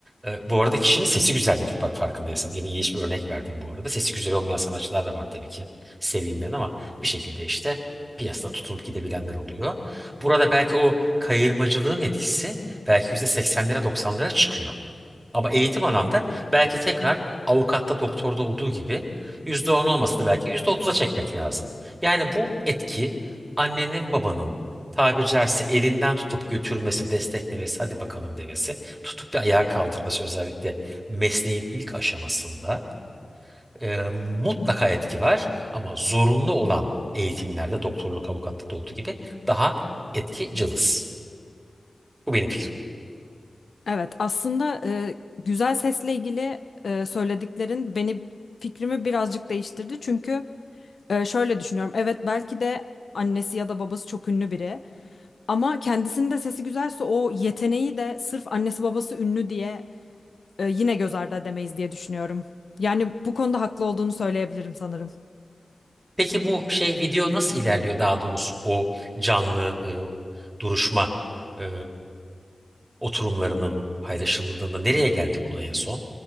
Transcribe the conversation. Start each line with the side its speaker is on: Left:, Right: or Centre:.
Right: e, bu arada kişinin sesi güzel dedik bak farkındaysan. Yine iyi bir örnek verdim bu arada. Sesi güzel olmayan sanatçılar da var tabii ki. Seveyim ben ama bir şekilde işte piyasada tutulup gidebilenler oluyor. Burada belki o kayırmacılığın etkisi belki yüzde seksenlere doksanlara çıkıyor. Ama eğitim alanda belki tekrar avukatta doktorda olduğu gibi %10 olması da belki %30'a çekmek lazım. Yani bu etki annenin babanın tabiri caizse elinden tutup götürmesi, desteklemesi, hadi bakalım demesi, tutup bir ayağa kaldırması özellikle mesleğin ilk aşamasında e, mutlaka etki var. Ama zorunlu olan eğitimlerde doktorluk, avukatlıkta olduğu gibi daha etki cılız. Bu benim fikrim.
Left: Evet, aslında e, güzel sesle ilgili e, söylediklerin beni fikrimi birazcık değiştirdi. Çünkü e, şöyle düşünüyorum. Evet, belki de annesi ya da babası çok ünlü biri ama kendisinin de sesi güzelse o yeteneği de sırf annesi babası ünlü diye e, yine göz ardı edemeyiz diye düşünüyorum. Yani bu konuda haklı olduğunu söyleyebilirim sanırım.
Right: Peki bu şey video nasıl ilerliyor daha doğrusu o canlı e, duruşma e, oturumlarının paylaşıldığında nereye geldik ona en son?